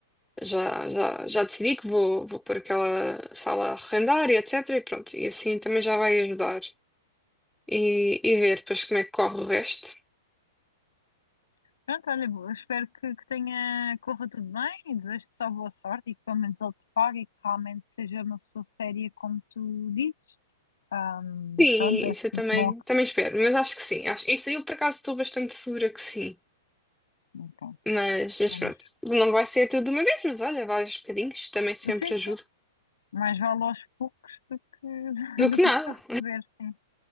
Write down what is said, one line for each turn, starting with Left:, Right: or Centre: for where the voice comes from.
Centre: já, já, já decidi que vou, vou pôr aquela sala a arrendar e etc. E pronto, e assim também já vai ajudar. E, e ver depois como é que corre o resto.
Left: pronto, olha, eu espero que, que tenha, corra tudo bem e desejo-te só boa sorte e que pelo menos ele te pague e que realmente seja uma pessoa séria como tu dizes. Ahm,
Centre: Sim,
Left: pronto, é
Centre: isso
Left: sempre
Centre: eu também,
Left: bom que,
Centre: também espero, mas acho que sim. Acho, isso eu por acaso estou bastante segura que sim.
Left: então,
Centre: Mas, mas
Left: menos.
Centre: pronto, não vai ser tudo de uma vez, mas olha, vários bocadinhos também sempre
Left: Sim, sim,
Centre: ajuda.
Left: mais vale aos poucos do que, <laughs>
Centre: Do
Left: do
Centre: que
Left: que
Centre: nada.
Left: nunca receber, sim,